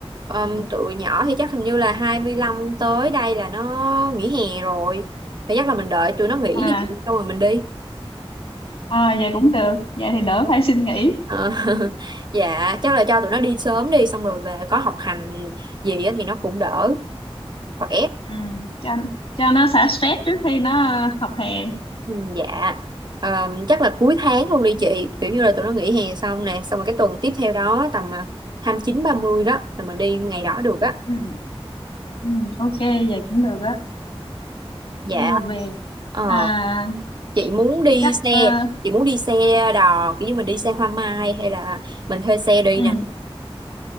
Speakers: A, on the right; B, on the left.
A: Ờm, tụi nhỏ thì chắc hình như là 25 tới đây là nó nghỉ hè rồi thì chắc là mình đợi tụi nó nghỉ
B: à,
A: đi chị xong rồi mình đi
B: à vậy cũng được vậy thì đỡ phải xin nghỉ
A: Ờ, <laughs> dạ chắc là cho tụi nó đi sớm đi xong rồi về có học hành gì á thì nó cũng đỡ khỏe
B: <laughs> ừ. cho cho nó xả stress trước khi nó ờ, học hè
A: ừ, dạ Ờm, chắc là cuối tháng luôn đi chị kiểu như là tụi nó nghỉ hè xong nè xong rồi cái tuần tiếp theo đó tầm à, hai mươi chín ba mươi đó là mình đi ngày đó được á
B: ừ. Ừ. ok vậy cũng được á
A: dạ
B: đi rồi về
A: Ờ
B: à
A: chị muốn đi
B: chắc
A: xe
B: ờ,
A: chị muốn đi xe đò kiểu như mình đi xe hoa mai hay là mình thuê xe đi
B: ừ.
A: nè